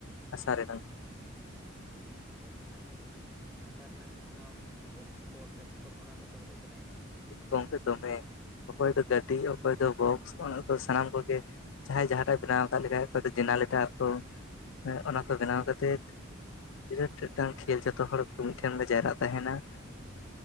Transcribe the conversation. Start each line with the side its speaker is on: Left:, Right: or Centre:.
Left: ᱦᱟᱥᱟ ᱨᱮᱱᱟᱝ ᱾
Centre: ᱟᱪᱪᱷᱟ ᱜᱟᱹᱰᱤ ᱟᱨ ᱛᱟᱦᱚᱞᱮ ᱦᱟᱥᱟ ᱨᱮᱱᱟᱝ ᱚᱱᱟ ᱵᱚᱠᱥ ᱠᱚ ᱥᱮ ᱛᱚᱠᱷᱚᱱ ᱚᱱᱟ ᱠᱚᱫᱚ ᱵᱟᱠᱚ ᱵᱮᱱᱟᱣᱮᱫ
Left: ᱜᱚᱢᱠᱮ ᱫᱚᱢᱮ ᱚᱠᱚᱭ ᱫᱚ ᱜᱟᱹᱰᱤ ᱚᱠᱚᱭ ᱫᱚ ᱵᱚᱠᱥ ᱚᱱᱟ ᱫᱚ ᱥᱟᱱᱟᱢ ᱠᱚᱜᱮ ᱡᱟᱦᱟᱸᱭ ᱡᱟᱦᱟᱸᱴᱟᱜ ᱵᱮᱱᱟᱣ ᱟᱠᱟᱫ ᱞᱮᱠᱷᱟᱡ ᱚᱠᱚᱭ ᱫᱚ ᱡᱮᱱᱟᱞᱤᱴᱟᱨ ᱠᱚ ᱚᱱᱟ ᱠᱚ ᱵᱮᱱᱟᱣ ᱠᱟᱛᱮᱫ, ᱵᱤᱨᱟᱹᱴ ᱢᱤᱫᱴᱟᱝ ᱠᱷᱮᱞ ᱡᱚᱛᱚ ᱦᱚᱲ ᱠᱚ ᱢᱤᱫᱴᱷᱮᱱ ᱞᱮ ᱡᱟᱣᱨᱟᱜ ᱛᱟᱦᱮᱱᱟ᱾